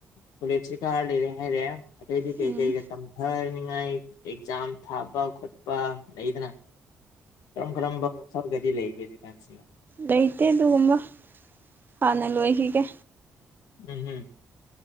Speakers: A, on the left; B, on the right.
A: ꯀꯣꯂꯦꯖꯁꯤ ꯀꯥꯔ ꯂꯩꯔꯦ ꯍꯥꯏꯔꯦ ꯑꯇꯩꯗꯤ ꯀꯩ
B: ꯎꯝ
A: ꯀꯩꯒ ꯇꯝ ꯊꯥꯅꯤꯉꯥꯏ ꯑꯦꯛꯖꯥꯝ ꯊꯥꯕ ꯈꯣꯠꯄ ꯂꯩꯗꯅ ꯀꯔꯝ ꯀꯔꯝꯕ ꯋꯥꯈꯜꯒꯗꯤ ꯂꯩꯒꯦ ꯍꯧꯖꯤꯛꯀꯥꯟꯁꯤ
B: ꯂꯩꯇꯦ ꯑꯗꯨꯒꯨꯝꯕ ꯍꯥꯟꯅ ꯂꯣꯏꯈꯤꯒꯦ
A: <unintelligible>